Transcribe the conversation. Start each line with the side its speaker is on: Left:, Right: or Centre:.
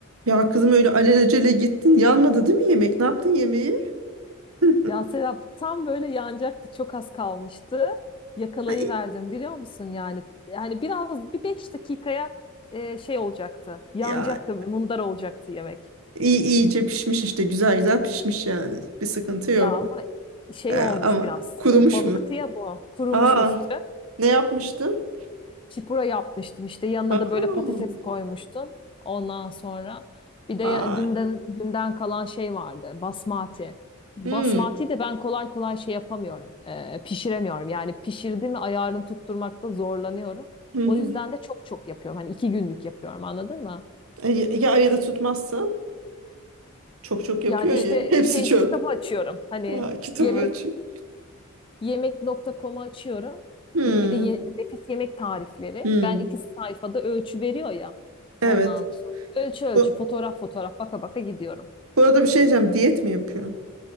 Right: Ya kızım öyle alelacele gittin. Yanmadı değil mi yemek? Ne yaptın yemeği? <laughs>
Left: Ya Serap tam böyle yanacaktı. Çok az kalmıştı. Yakalayıverdim
Right: Ay,
Left: biliyor musun yani. Yani biraz bir beş dakikaya e, şey olacaktı. Yanacaktı,
Right: ya
Left: mundar olacaktı yemek.
Right: iyi iyice pişmiş işte. Güzel güzel pişmiş yani. Bir sıkıntı yok.
Left: Ya ama şey
Right: Ee,
Left: olmuş
Right: ama
Left: biraz.
Right: kurumuş
Left: e, balıktı
Right: mu?
Left: ya bu. Kurumuş
Right: Aa,
Left: üstü.
Right: ne yapmıştın?
Left: Çipura yapmıştım işte yanına
Right: Hmm.
Left: da böyle patates koymuştum. Ondan sonra bir de
Right: Vay.
Left: ya- dünden dünden kalan şey vardı basmati. Basmati
Right: Hmm.
Left: de ben kolay kolay şey yapamıyorum. Ee, pişiremiyorum. Yani pişirdi mi ayarını tutturmakta zorlanıyorum.
Right: Hı hı.
Left: O yüzden de çok çok yapıyorum. Hani iki günlük yapıyorum anladın mı?
Right: E, ya ya ayıda tutmazsa? Çok çok yapıyor
Left: Yani işte
Right: ya. <laughs> Hepsi
Left: şey
Right: çöp.
Left: kitabı açıyorum. Hani
Right: Aa, kitabı
Left: yemek
Right: açıp.
Left: Yemek.com'u açıyorum.
Right: Hmm.
Left: Ne- Bir de ye- nefis yemek tarifleri.
Right: Hmm.
Left: Ben iki sayfada ölçü veriyor ya.
Right: Evet.
Left: Ondan sonra ölçü ölçü
Right: Bu,
Left: fotoğraf fotoğraf baka baka gidiyorum.
Right: bu arada bir şey diyeceğim. Diyet mi yapıyor?